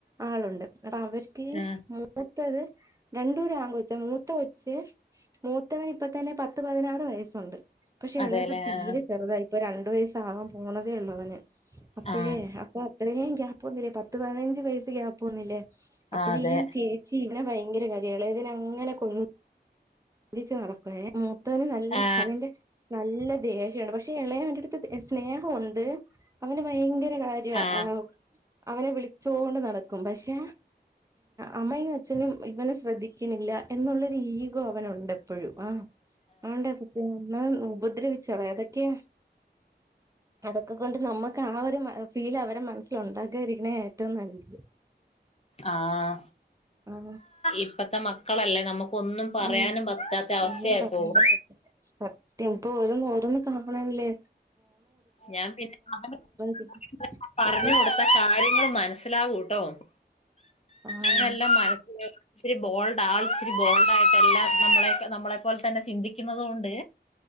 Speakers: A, on the right; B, on the left.
A: ആളൊണ്ട് അപ്പ അവര്ക്ക്
B: ആ,
A: മൂ ത്തത് രണ്ടോര് ആങ്കൊച്ച് മൂത്ത കൊച്ച് മൂത്തവനിപ്പ തന്നെ പത്ത് പതിനാറ് വയസ്സൊണ്ട് പക്ഷെ
B: അതെല്ലേ
A: എളയത് തീരെ
B: ആ,
A: ചെറുതായി പ്പ രണ്ട് വയസ്സാവാൻ പോണതേ ഉള്ളൂ അവന് അപ്പഴേ
B: ആ
A: അപ്പൊ അത്രേം ഗ്യാ പോന്നില്ലേ പത്ത് പതിനഞ്ച് വയസ്സ് ഗ്യാപ്പ് വന്നില്ലേ അപ്പഴേ
B: ആ, അതെ
A: ഈ ചേച്ചി വന് ഭയങ്കര കാര്യാ എളേതിനങ്ങനെ കൊ ഞ്ചിച്ച് നടക്കു <unintelligible> ത്തോന് നല്ല
B: ആ
A: അതിന്റെ നല്ല ദേഷണ്ട് പക്ഷെ എളയവന്റെ അടുത്ത് സ്നേഹുണ്ട് അവന് ഭയങ്കര കാര്യ
B: ആ ആ,
A: ആ അവനെ വിളിച്ചോണ്ട് നടക്കും പക്ഷെ അമ്മയും അച്ഛനും ഇവനെ ശ്രദ്ധിക്കണില്ല എന്നുള്ളൊരു ഈഗോ അവനുണ്ട് എപ്പോഴും ആ ആണ്ടേ അപ്പച്ചനും എന്ന ഉപദ്രവിച്ച അതൊക്കെ അതൊക്കെ കൊണ്ട് നമ്മുക്ക് ആ ഒരു ഫീൽ അവരെ മനസിലുണ്ട ക്കാതിരിക്കണെ ഏറ്റവും നല്ലത്.
B: ആഹ്
A: ആ
B: ഇപ്പത്ത മക്ക മക്കളല്ലേ നമു ഒന്നും പറയാനും
A: ആ
B: പറ്റാത്ത അവസ്ഥയായി
A: ഒന്നും പറയാൻ
B: പോകും.
A: പറ്റത്തില്ല സത്യം ഇപ്പൊ ഓരോ ഓരോന്നും കാണുമ്പോളാണ്ലെ
B: ഞാൻ പിന്നെ അവൻ <unintelligible>
A: ചെയ്യ
B: പറഞ്ഞു
A: എന്തോ
B: കൊടുത്ത കാര്യങ്ങൾ മനസ്സിലാവു ട്ടോ
A: ആഹ്
B: അവനെല്ലാം മനസ്സില ഇച്ചിരി ബോൾഡ് ആൾ ഇച്ചിരി ബോൾഡ് ആയിട്ടെല്ലാം നമ്മള നമ്മളെ പോലെ തന്നെ ചിന്തിക്കുന്നത് കൊണ്ട്